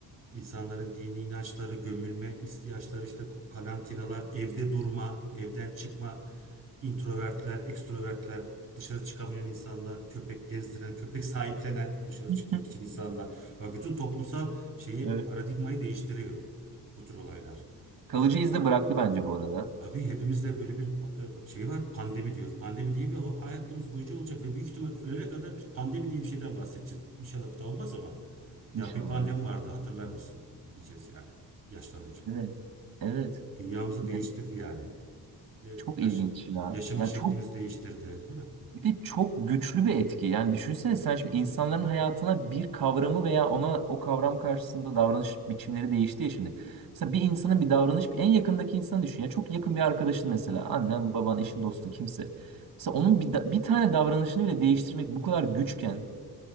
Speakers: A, on the right; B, on the right.
A: İnsanların dini inançları, gömülme ihtiyaçları, işte karantinalar, evde durma, evden çıkma, introvertler, ekstrovertler, dışarı çıkamayan insanlar, köpek gezdiren, köpek sahiplenen, dışarı
B: <laughs>
A: çıkmak için insanlar. Bak bütün toplumsal şeyi,
B: Evet.
A: paradigmayı değiştiriyor bu tür olaylar.
B: Kalıcı
A: Ee,
B: iz de bıraktı bence bu arada.
A: Abi hepimizde böyle bir pa- e, şey var pandemi diyoruz. Pandemi diye bir ha- hayatımız boyunca olacak ve büyük ihtimal ölene kadar biz pandemi diye bir şeyden bahsedeceğiz. İnşallah bir daha olmaz ama
B: İnşallah.
A: ya bir pandemi vardı hatırlar mısın diyeceğiz yani yaşlanınca.
B: evet. Evet. Evet.
A: Dünyamızı
B: Yani
A: değiştirdi yani. E,
B: çok
A: yaş,
B: ilginç ya.
A: yaşama
B: Ya
A: şeklimizi
B: çok
A: değiştirdi değil mi?
B: bir de çok güçlü bir etki. Yani düşünsene sen şimdi insanların hayatına bir kavramı veya ona o kavram karşısında davranış biçimleri değişti ya şimdi. Mesela bir insanın bir davranış en yakındaki insanı düşün. Ya çok yakın bir arkadaşın mesela annen, baban, eşin, dostun kimse. Mesela onun bir, da- bir tane davranışını bile değiştirmek bu kadar güçken